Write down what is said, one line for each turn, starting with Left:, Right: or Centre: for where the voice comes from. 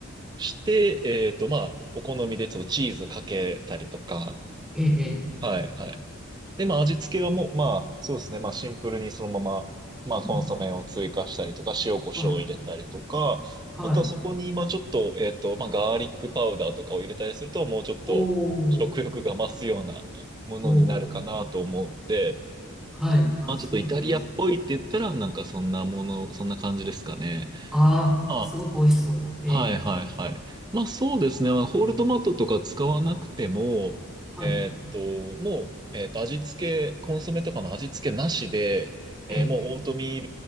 Right: して、えっとまあ、お好みでちょっとチーズかけたりとか、
Centre: ええ、ええ。
Right: はい、はい。で、まあ、味付けはもう、まあ、そうですね。まあ、シンプルにそのまま、まあ、コンソメを追加したりとか、
Centre: うんうん
Right: 塩コショウを入れたりとか、
Centre: あ、はい。
Right: あとはそこに、まあ、ちょっと、えっと、まあ、ガーリックパウダーとかを入れたりすると、もうちょっと食欲が増すようなものになるかなと思うんで、
Centre: おー、おー、はい。あ、
Right: まあ、
Centre: すごくいいですね。
Right: ちょっとイタリアっぽいって言ったら、なんかそんなもの、そんな感じですかね。
Centre: あー、
Right: まあ
Centre: すごく美味しそう。ええ、
Right: はいはいはい。まあそうですね。まあホールトマトとか使わなくても、
Centre: はい。
Right: えーっと、もう、えーっと、味付け、コンソメとかの味付けなしで、えーもうオートミー
Centre: ええ、